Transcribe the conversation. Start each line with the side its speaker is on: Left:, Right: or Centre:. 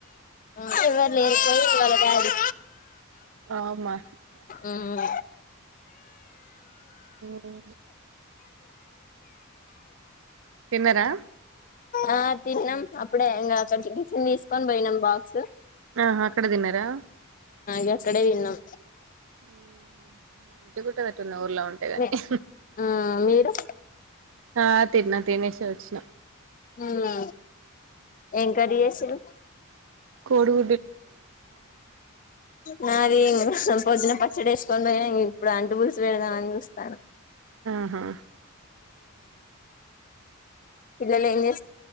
Left: చివరి ఏడ్తది వాళ్ళ డాడీ
Right: అమ్మా
Left: ఉమ్
Right: ఉహు తిన్నారా
Left: ఆ తిన్నాం అప్పుడే ఇంకా అక్కడికి కిచన్ తీసుకొని పోయినాం బాక్స్
Right: ఆహ అక్కడ దిన్నారా
Left: గక్కడే తిన్నం
Right: ఉ మంచి <unintelligible> ఊర్లో ఉంటే గని
Left: మీ ఆ మీరు
Right: ఆ తిన్న తినేశే వచ్చిన
Left: అవునా ఏం కర్రీ చేసిర్రు
Right: కోడుగు
Left: నాది పొద్దున పచ్చడేసుకొని పోయిన ఇప్పుడు అంటు పూల్సు పెడదామని చూస్తాన
Right: ఆహా
Left: పిల్లలు ఏం